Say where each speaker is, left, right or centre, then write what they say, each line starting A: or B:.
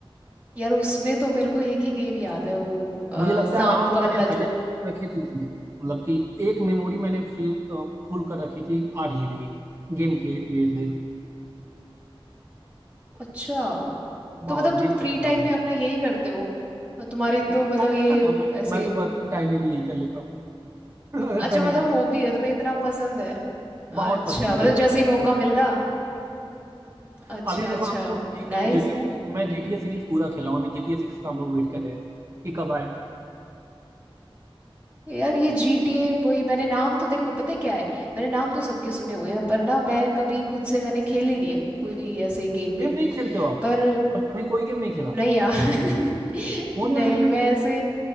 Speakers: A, on the right; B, on the right.
A: यार उसमें तो मेरे को एक ही गेम याद है वो अ,
B: मुझे लगता
A: सांप
B: है अराउंड
A: वाला
B: मैंने हजार
A: जो
B: रखे थे उसमें मतलब कि एक मेमोरी मैंने फिल फुल कर रखी थी आठ जीबी की गेम के लिए सिर्फ
A: अच्छा तो
B: बहुत
A: मतलब तुम
B: गेम करना
A: फ्री
B: बहुत
A: टाइम
B: बड़ा
A: में अपना यही करते हो तुम्हारी तो
B: फ्री
A: मतलब
B: टाइम
A: ये
B: मैं,
A: ऐसे
B: मैं तो वर्किंग टाइम में भी यही कर लेता हूँ <laughs> अगर
A: अच्छा
B: समय
A: मतलब
B: मिल गया
A: हॉबी है तुम्हें इतना पसंद है
B: बहुत
A: अच्छा
B: पसंद है मुझे
A: मतलब
B: गेम
A: जैसे
B: खेलना
A: ही मौका
B: बहुत पसंद
A: मिला
B: है।
A: अच्छा
B: अभी देखो
A: अच्छा
B: हम लोग जी,
A: नाइस
B: GTA
A: है
B: सीरीज मैं GTA सीरीज पूरा खेला हूँ अभी GTA सिक्स का हम लोग वेट कर रहे हैं कि कब आए
A: यार ये GTA वही मैंने नाम तो देखो पता है क्या है मैंने नाम तो सबके सुने हुए हैं पर ना मैं कभी खुद से मैंने खेले नहीं है कोई ऐसे गेम वेम
B: गेम नहीं खेलते हो आप
A: पर
B: मतलब कभी कोई गेम नहीं खेला
A: नहीं यार <laughs>
B: फोन
A: नहीं
B: वगैरह में
A: मैं
B: भी
A: ऐसे